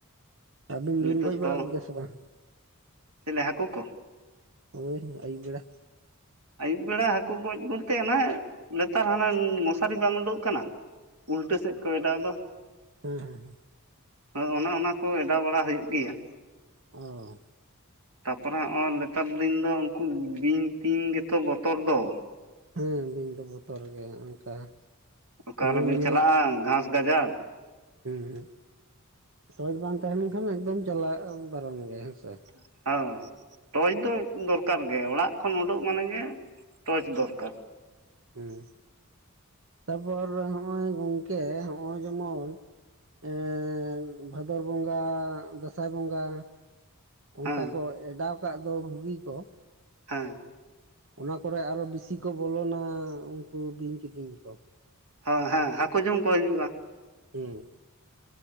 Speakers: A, on the right (about 60°); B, on the right (about 85°).
A: ᱟᱹᱵᱤᱱ ᱫᱚᱵᱤᱱ
B: ᱱᱤᱛᱚᱜ
A: ᱜᱚᱡ
B: ᱛᱚ
A: ᱵᱟᱲᱟ ᱠᱚᱜᱮᱭᱟ ᱥᱮ ᱵᱟᱝ? <inaudible>
B: ᱪᱮᱞᱮ ᱦᱟᱹᱠᱩ ᱠᱚ?
A: ᱦᱳᱭ ᱟᱹᱭᱩᱵ ᱵᱮᱲᱟ᱾
B: ᱟᱹᱭᱩᱵ ᱵᱮᱲᱟ ᱦᱟᱹᱠᱩ ᱜᱚᱡ ᱵᱚᱞᱛᱮ ᱚᱱᱟ ᱱᱮᱛᱟᱨ ᱦᱟᱱᱟ ᱢᱚᱥᱟᱨᱤ ᱵᱟᱝ ᱩᱰᱩᱠ ᱠᱟᱱᱟ ᱩᱞᱴᱟᱹ ᱥᱮᱫ ᱠᱚ ᱮᱰᱟᱣ ᱫᱚ ᱾
A: ᱦᱮᱸ ᱦᱮᱸ ᱦᱮᱸ᱾
B: ᱦᱳᱭ ᱚᱱᱮ ᱚᱱᱟ ᱠᱚ ᱮᱰᱟᱣ ᱵᱟᱲᱟ ᱦᱩᱭᱩᱜ ᱜᱮᱭᱟ ᱾
A: ᱚ-ᱦᱚ ᱾
B: ᱛᱟᱯᱚᱨᱮ ᱦᱚᱸᱜ-ᱚᱭ ᱱᱮᱛᱟᱨ ᱫᱤᱱ ᱫᱚ ᱩᱱᱠᱩ ᱵᱤᱧ ᱴᱤᱧ ᱜᱮᱛᱚ ᱵᱚᱛᱚᱨ ᱫᱚ ᱾
A: ᱦᱮᱸ ᱵᱤᱧ ᱫᱚ ᱵᱚᱛᱚᱨ ᱜᱮ ᱚᱱᱠᱟ
B: ᱚᱠ
A: ᱡᱮᱢᱚᱱ
B: ᱨᱮᱵᱤᱱ
A: ᱚᱱᱮ
B: ᱪᱟᱞᱟᱜ-ᱟ ᱜᱷᱟᱥ ᱜᱟᱡᱟᱲ
A: ᱦᱮᱸ ᱦᱮᱸ ᱾ <inaudible> ᱴᱚᱪ ᱵᱟᱝ ᱛᱟᱦᱮᱸ ᱞᱮᱱᱠᱷᱟᱱ ᱮᱠᱫᱚᱢ ᱪᱟᱞᱟᱜ ᱵᱟᱨᱚᱱ ᱜᱮᱭᱟ ᱦᱮᱸᱥᱮ ᱾
B: <unintelligible> ᱴᱚᱪ ᱫᱚ ᱫᱚᱨᱠᱟᱨ ᱜᱮ ᱚᱲᱟᱜ ᱠᱷᱚᱱ ᱩᱰᱩᱜ ᱢᱟᱱᱮ ᱜᱮ <inaudible> ᱴᱚᱪ ᱫᱚᱨᱠᱟᱨ ᱾
A: ᱦᱮᱸ ᱾ ᱛᱟᱯᱚᱨ ᱦᱚᱜᱼᱚᱭ ᱜᱚᱝᱠᱮ ᱦᱚᱜᱼᱚᱭ ᱡᱮᱢᱚᱱ ᱮᱻ ᱵᱷᱟᱫᱚᱨ ᱵᱚᱸᱜᱟ ᱫᱟᱸᱥᱟᱭ ᱵᱚᱸᱜᱟ ᱚᱱᱠᱟ
B: ᱦᱮᱸ
A: ᱠᱚ ᱚᱰᱟᱣ ᱠᱟᱜ ᱫᱚ ᱵᱩᱜᱤ ᱠᱚ ᱾
B: ᱦᱮᱸ ᱾
A: ᱚᱱᱟ ᱠᱚᱨᱮ ᱟᱨᱦᱚᱸ ᱵᱮᱥᱤ ᱠᱚ ᱵᱚᱞᱚᱱᱟ ᱩᱱᱠᱩ ᱵᱤᱧ ᱠᱤᱫᱤᱧ ᱠᱚ ᱾
B: ᱦᱚᱭ ᱦᱮᱸ ᱦᱟᱹᱠᱩ ᱡᱚᱢ ᱠᱚ ᱦᱤᱡᱩᱜᱼᱟ ᱾
A: ᱦᱩᱸ ᱾